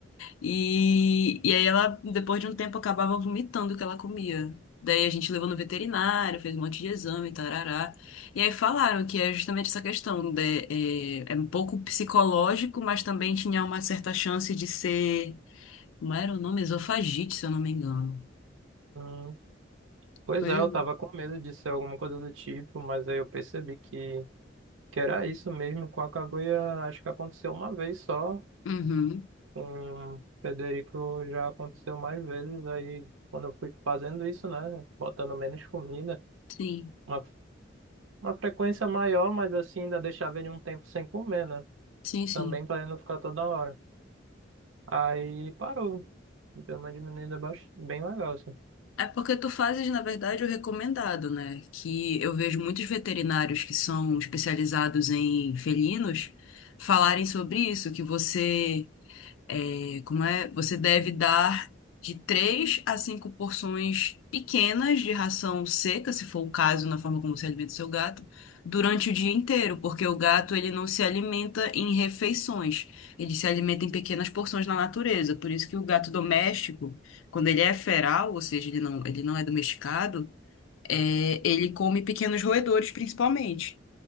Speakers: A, on the left (about 80°); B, on the right (about 80°).
A: E, e aí ela, depois de um tempo, acabava vomitando o que ela comia. Daí a gente levou no veterinário, fez um monte de exame, tarará. E aí falaram que é justamente essa questão, de, é, é um pouco psicológico, mas também tinha uma certa chance de ser, como era o nome? Esofagite, se eu não me engano.
B: Hum, Pois
A: Foi?
B: é, eu tava com medo de ser alguma coisa do tipo, mas aí eu percebi que, que era isso mesmo. Com a Kaguya, acho que aconteceu uma vez só.
A: Uhum,
B: Com o Frederico já aconteceu mais vezes. Aí quando eu fui fazendo isso, né, botando menos comida.
A: sim,
B: uma Uma frequência maior, mas assim, ainda deixava ele um tempo sem comer, né?
A: sim, sim.
B: Também pra ele não ficar toda hora. Aí parou. Deu uma diminuída baix- bem legal, assim.
A: É porque tu fazes, na verdade, o recomendado, né? Que eu vejo muitos veterinários que são especializados em felinos falarem sobre isso, que você e Como é? Você deve dar de três a cinco porções pequenas de ração seca, se for o caso, na forma como você alimenta o seu gato, durante o dia inteiro, porque o gato ele não se alimenta em refeições, ele se alimenta em pequenas porções na natureza. Por isso que o gato doméstico, quando ele é feral, ou seja, ele não, ele não é domesticado, é, ele come pequenos roedores principalmente